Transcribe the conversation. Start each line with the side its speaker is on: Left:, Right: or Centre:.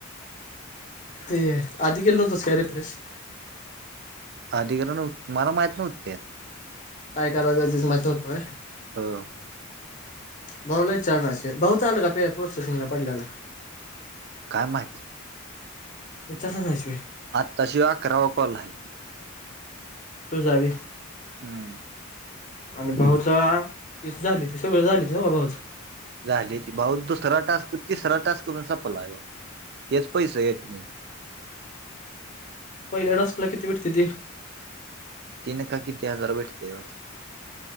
Left: ते आधी केलं नव्हतंस का री फ्रेश?
Right: अधिक्रण मला माहीत नव्हते.
Left: काय करायचं तेच माहित नव्हतं काय.
Right: हो.
Left: भाऊ ला विचारल असेल भाऊच आल का प्रोसेसिंग ला पडल्याला.
Right: काय माहित.
Left: विचार नाहीस वी.
Right: आत्ताशी अकरावा कॉल आहे.
Left: तू जावी.
Right: हम.
Left: आणि भाऊच <inaudible> झाली ती सगळ झाली त भाऊच.
Right: झाले ती भाऊ दुसराव टास्क कर तीसरा टास्क करून संपला तेच पैसे येत.
Left: पहिल्या टासकला किती भेटते ती.
Right: तीन का किती हजार भेटते.